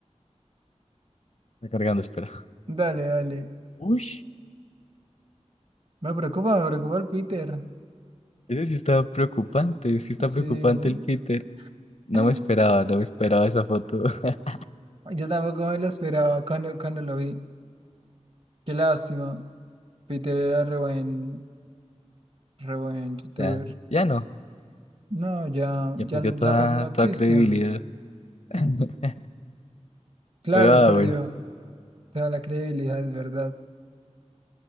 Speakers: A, on the left (about 65°); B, on the right (about 50°).
A: Está cargando, espera.
B: Dale, dale.
A: Uy,
B: Me preocupa, me preocupa el Peter.
A: ese sí está preocupante, sí está
B: Sí.
A: preocupante el Peter. No
B: <gasps>
A: me esperaba, no me esperaba esa foto. <laughs>
B: Yo tampoco me lo esperaba cuando, cuando lo vi. Qué lástima. Peter era re buen, re buen youtuber.
A: Ya, ya no,
B: No, ya,
A: ya
B: ya,
A: perdió toda,
B: ya casi no existe.
A: toda credibilidad. <laughs>
B: Claro,
A: Pero ah,
B: he perdido
A: bueno.
B: toda la credibilidad, es verdad.